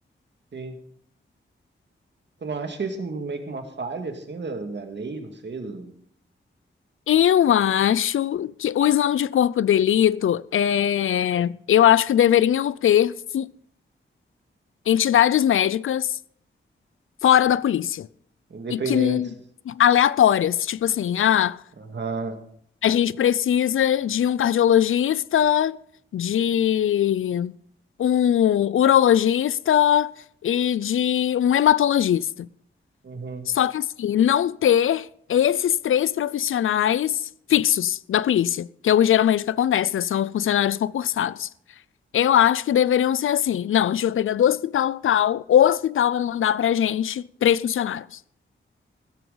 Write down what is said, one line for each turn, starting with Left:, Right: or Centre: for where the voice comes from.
Right: sim. Tu não acha isso meio que uma falha, assim, da, da lei, não sei, do...
Left: Eu acho que o exame de corpo de delito é, eu acho que deveriam ter fu- entidades médicas fora da polícia
Right: independentes?
Left: e que aleatórias, tipo assim, ah,
Right: Aham,
Left: a gente precisa de um cardiologista, de um urologista e de um hematologista.
Right: uhum.
Left: Só que assim, não ter esses três profissionais fixos da polícia, que é o geralmente que acontece, né? São funcionários concursados. Eu acho que deveriam ser assim. Não, a gente vai pegar do hospital tal, o hospital vai mandar pra gente três funcionários.